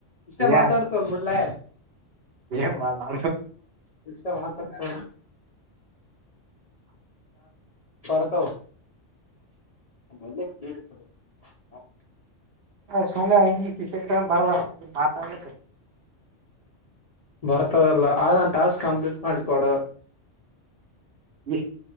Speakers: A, on the right; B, on the left.
A: ಏ
B: ಮಷ ಮಾತಾಡ್ತಲ್ಬಡ್ಲ ಮೊನೆ
A: ಏನ್ ಮಾಡಾ
B: <unintelligible> ಯಾಗ ಬತ ಮಲ್ಲಗ್ ತೀರಿಸ ಸ
A: ಸು ಕ ಬರಲ ಮಾತಾಡ್ಲ
B: ಬರ್ತಾವಲ್ಲ ಆದ ಟಾಸ್ಕ್ ಕಂಪ್ಲೀಟ್ ಮಾಡಿಕೊಡ
A: ಬ್